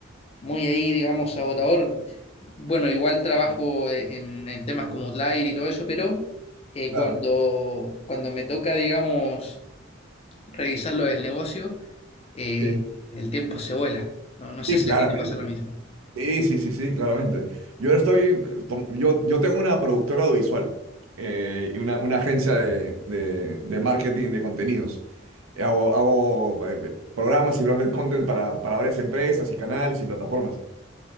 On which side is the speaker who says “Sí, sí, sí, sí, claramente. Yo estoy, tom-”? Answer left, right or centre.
Right